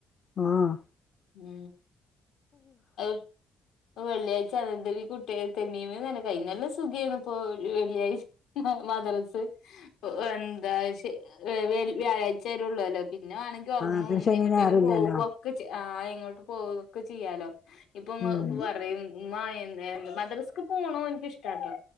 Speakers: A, on the left; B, on the left.
A: ആഹ
B: ഉ അത് വെള്ളിയാഴ്ച അ <unintelligible> ണന്ത കുട്ടി തെമ്മീ <unintelligible> മ നനക്കയിെ <unintelligible> ല്ല സുഖിയാണ് <unintelligible> ഇപ്പോൊ വെള്ളിയാഴ്ച മദ്രസ് <unintelligible> എന്താ <unintelligible> വ്യാഴാഴ്ച ച്ചരെ ള്ളൂല്ലോ പിന്നെ വണെങ്കിൽ ഉറങ്ങും
A: ആഹ് പിന്നെ ശനിയും
B: എ ങ്ങിട്ടെലും
A: ഞായറും
B: പോവാ
A: ഇല്ലല്ലോ
B: ആ <unintelligible> പോവൊക്കെ ചെയ്യാലോ ഇപ്പൊ
A: ഉം
B: ഇപ്പൊ പറഞ്ഞീന് ഇമ്മ എന്താ മദ്രസ്ക്ക് പോണോന്ക്കിഷ്ടാട്ടോ